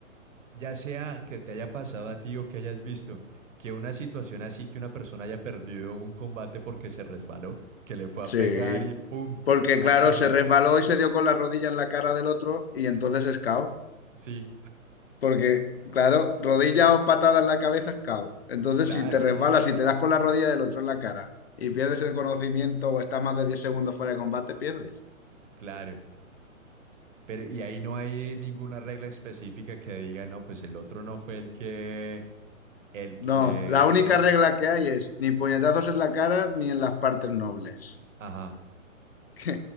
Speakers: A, on the right; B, on the left.
A: ya sea que te haya pasado a ti o que hayas visto, que una situación así que una persona haya perdido un combate porque se resbaló, que le fue
B: Sí,
A: a pegar y ¡pum!
B: porque
A: Ahí
B: claro,
A: quedó.
B: se resbaló y se dio con la rodilla en la cara del otro y entonces es KO.
A: Sí,
B: Porque claro, rodilla o patada en la cabeza es KO. Entonces
A: claro,
B: si te resbalas y te das con la rodilla del otro en la cara y pierdes el conocimiento o estás más de 10 segundos fuera de combate, pierdes.
A: claro. Pero y ahí no hay ninguna regla específica que diga, no, pues el otro no fue el que, el que,
B: No, la única
A: no.
B: regla que hay es ni puñetazos en la cara ni en las partes nobles. <laughs>
A: Ajá.
B: Que